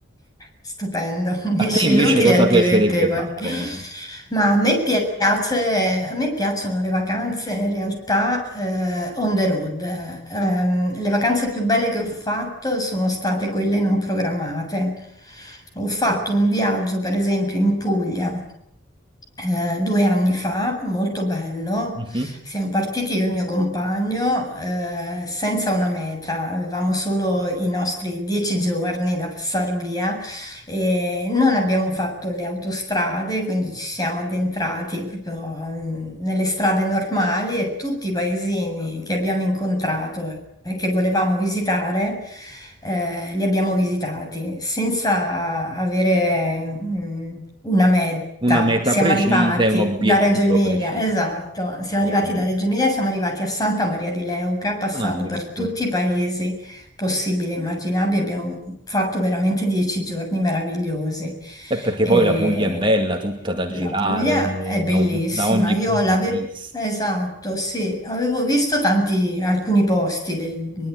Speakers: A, on the left (about 20°); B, on the right (about 25°).
A: Stupendo, <laughs> unisci
B: A te invece
A: l'utile
B: cosa
A: al dilettevole.
B: piacerebbe fare?
A: Ma a me piace, a me piacciono le vacanze in realtà eh, on the road. Ehm, le vacanze più belle che ho fatto sono state quelle non programmate. Ho fatto un viaggio, per esempio, in Puglia eh, due anni fa, molto bello.
B: Mhm.
A: Siamo partiti io e il mio compagno eh, senza una meta, avevamo solo i nostri dieci giorni da passare via e non abbiamo fatto le autostrade, quindi ci siamo addentrati proprio mm, nelle strade normali e tutti i paesini che abbiamo incontrato e che volevamo visitare, eh, li abbiamo visitati senza avere, mm, una meta.
B: Una meta
A: Siamo
B: precisa
A: arrivati
B: e un obiettivo
A: da Reggio Emilia,
B: preciso.
A: esatto, siamo
B: Ho
A: arrivati
B: capito.
A: da Reggio Emilia, e siamo arrivati a Santa Maria di Leuca, passando
B: Ah, Addirittura.
A: per tutti i paesi possibile, immaginabile. Abbiamo fatto veramente dieci giorni meravigliosi.
B: È perché
A: E
B: poi la Puglia è bella, tutta da
A: la
B: girare
A: Puglia è bellissima.
B: da, da ogni
A: Io
B: punto
A: l'avevo,
B: di vista.
A: esatto, sì, avevo visto tanti, alcuni posti del-